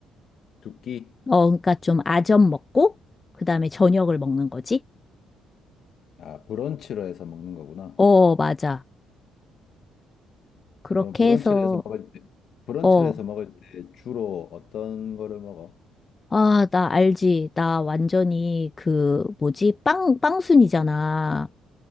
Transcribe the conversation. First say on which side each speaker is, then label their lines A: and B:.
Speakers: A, on the left; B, on the left.
A: 두 끼?
B: 어, 그러니까 좀 아점 먹고, 그 다음에 저녁을 먹는 거지?
A: 아, 브런치로 해서 먹는 거구나.
B: 어, 맞아. 그렇게
A: 그럼 브런치로
B: 해서,
A: 해서 먹을 때 브런치로
B: 어,
A: 해서 먹을 때 주로 어떤 거를 먹어?
B: 아, 나 알지. 나 완전히 그, 뭐지? 빵, 빵순이잖아.